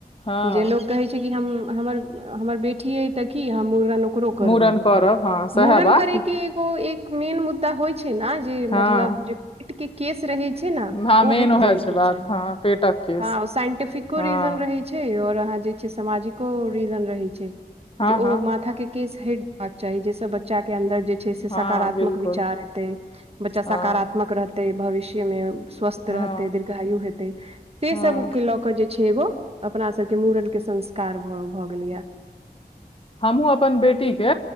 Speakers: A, on the left; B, on the right.
A: हँ
B: जें लोक कहै छै हम हमर हमर बेटी अ तऽ की हम मुड़न ओकरो करबै
A: मूड़न करब हँ सएह
B: मूड़न
A: बात
B: करैके
A: की
B: ओ एक मेन मुद्दा होइ छै ने जे मतलब
A: हँ
B: जे पेट के केस रहे छै न
A: हँ मेन
B: ओ हटि
A: ओएह
B: जयबाक
A: छै बात
B: चाहि
A: हँ पेटक केस
B: हाँ साईन्सफिटीको
A: हँ
B: रीजन रहै छै आओर अहाँ जे छै से समाजिको रीजन रहै छै जे
A: हँ
B: ओ
A: हँ
B: माथा कें केस हेटबाक चाही जहिस बच्चा बच्चा के अन्दर जे छै से सकारात्मक
A: हँ बिल्कुल
B: विचार एते बच्चा सकारात्मक
A: हँ
B: रहत भविष्य मे स्वस्थ रहते
A: हँ
B: दीर्घायु हेतै से
A: हँ
B: सब के लऽ जे छै एगो अपना सबके मूड़न के संस्कार भऽ गेलैया
A: हमहुँ अपन बेटी के